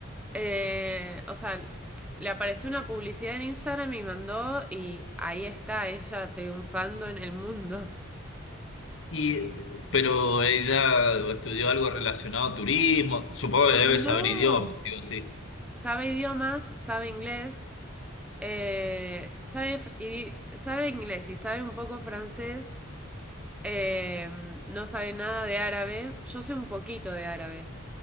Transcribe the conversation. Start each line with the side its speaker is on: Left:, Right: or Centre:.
Centre: eh, o sea, le apareció una publicidad en Instagram y mandó y ahí está ella triunfando en el mundo.
Left: Y, pero ella estudió algo relacionado a turismo, supongo que
Centre: No.
Left: debe saber idiomas, sí o sí.
Centre: Sabe idiomas, sabe inglés, Eh, sabe, fr- y, sabe inglés y sabe un poco francés. Eh, no sabe nada de árabe. Yo sé un poquito de árabe.